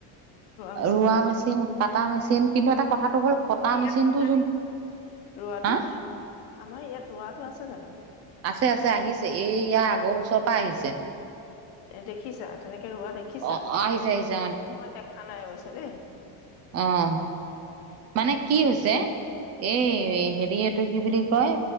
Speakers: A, on the left (about 60°); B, on the right (about 35°).
A: মেচিন
B: ৰোৱা
A: ওলাই
B: মেচিন কাত- টা মেচিন কিন্তু, এটা কথাটো হ'ল কটা
A: ইয়াত
B: মেচিনটো যোন-
A: ৰোৱাটো,
B: হা
A: আমাৰ ইয়াত ৰোৱাটো আছে জানো?
B: আছে আছে আহিছে এই ইয়াৰ আগৰ বছৰৰ পা আহিছে।
A: এ দেখিছা? তেনেকে ৰোৱা দেখ- খিছা?
B: অ আহিছে আহিছে
A: অ' মই দেখা নাই অৱশ্যে দেই।
B: অঁ' মানে
A: অ
B: কি হৈছে? এই হেৰি এইটো কি বুলি কয়?